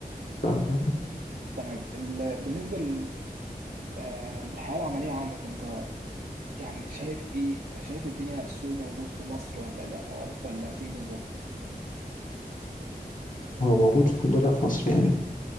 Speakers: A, on the left (about 55°); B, on the right (about 70°).
A: فاهمك أه
B: تمام ال... بالنسبه لل... آه، للحياه العمليه عندك انت يعني شايف ايه شايف الدنيا السوق موجود في مصر ولا لا ولا ولا فين بالظبط
A: هو موجود الحمد لله في مصر يعني